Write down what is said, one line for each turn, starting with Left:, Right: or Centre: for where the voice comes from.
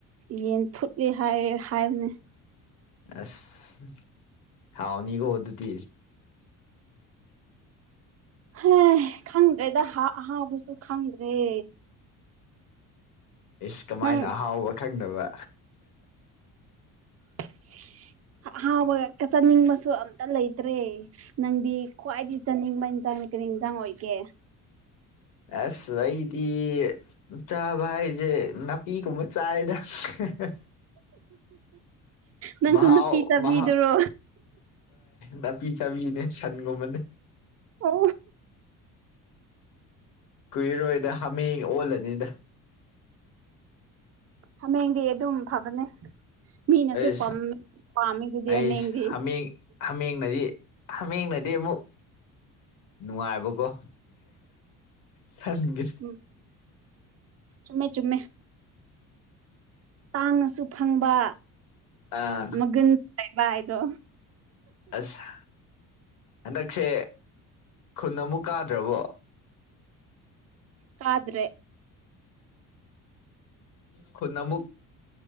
Right: ꯌꯦꯟ ꯐꯨꯠꯂꯤ ꯍꯥꯏꯔ ꯍꯥꯏꯕꯅꯦ
Left: ꯑꯁ ꯍꯥꯎꯅꯤꯀꯣ ꯑꯗꯨꯗꯤ
Right: ꯍ ꯈꯪꯗ꯭ꯔꯦꯗ ꯍꯥ ꯑꯍꯥꯎꯕꯁꯨ ꯈꯪꯗ꯭ꯔꯦ
Left: ꯏꯁ ꯀꯃꯥꯏꯅ
Right: ꯅꯪ
Left: ꯑꯍꯥꯎꯕ ꯈꯪꯗꯕ
Right: <unintelligible> ꯑꯍꯥꯎꯕ ꯆꯅꯤꯡꯕꯁꯨ ꯑꯝꯇ ꯂꯩꯇ꯭ꯔꯦ ꯅꯪꯗꯤ ꯈ꯭ꯋꯥꯏꯗꯤ ꯆꯥꯅꯤꯡꯕ ꯏꯟꯁꯥꯡꯅꯤ ꯀꯔꯤ ꯏꯟꯁꯥꯡ ꯑꯣꯏꯒꯦ
Left: ꯑꯁ ꯑꯩꯗꯤ ꯆꯥꯕ ꯍꯥꯏꯁꯦ ꯅꯥꯄꯤꯒꯨꯝꯕ ꯆꯥꯏꯗ <unintelligible>
Right: ꯅꯪꯁꯨ
Left: ꯃꯍꯥꯛꯥꯎ
Right: ꯅꯨꯄꯤ ꯆꯥꯕꯤꯗꯨꯔꯣ
Left: ꯍ ꯄꯤ ꯆꯥꯕꯤꯅꯦ ꯁꯟꯒꯨꯝꯕꯅꯦ
Right: ꯍ
Left: ꯀꯨꯏꯔꯣꯏꯗ ꯍꯥꯃꯦꯡ ꯑꯣꯜꯂꯅꯤꯗ
Right: ꯍꯥꯃꯦꯡꯗꯤ ꯑꯗꯨꯝ ꯐꯕꯅꯦ ꯃꯤꯅꯁꯨ
Left: ꯑꯩ
Right: ꯄꯥꯝꯃꯤ ꯄꯥꯝꯃꯤꯗꯨꯗꯤ
Left: ꯑꯩꯁ
Right: ꯍꯥꯃꯦꯡꯗꯤ
Left: ꯍꯥꯃꯦꯡ ꯍꯥꯃꯦꯡꯅꯗꯤ ꯍꯥꯃꯦꯡꯅꯗꯤ ꯑꯃꯨꯛ ꯅꯨꯡꯉꯥꯏꯕꯀꯣ ꯊꯒꯦ
Right: ꯎꯝ ꯆꯨꯝꯃꯦ ꯆꯨꯝꯃꯦ ꯇꯥꯡꯅꯁꯨ ꯐꯪꯕ
Left: ꯑꯥ
Right: ꯃꯒꯨꯟ ꯂꯩꯕ ꯍꯥꯏꯗꯣ
Left: ꯑꯁ ꯍꯟꯗꯛꯁꯦ ꯈꯨꯟ ꯑꯃꯨꯛ ꯀꯥꯗ꯭ꯔꯕꯣ
Right: ꯀꯥꯗ꯭ꯔꯦ
Left: ꯈꯨꯟ ꯑꯃꯨꯛ